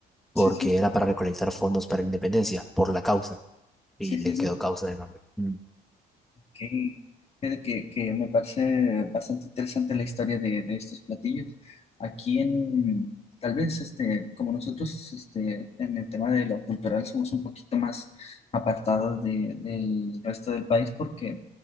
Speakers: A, in the centre; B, on the left.
A: porque
B: sí, sí,
A: era para recolectar fondos para la independencia, por la causa, y
B: sí,
A: le
B: sí, sí.
A: quedó causa de nombre. Mm.
B: que, que, que me parece bastante interesante la historia de, de estos platillos. Aquí en, tal vez, este, como nosotros, este, en el tema de lo cultural somos un poquito más apartados de- del resto del país porque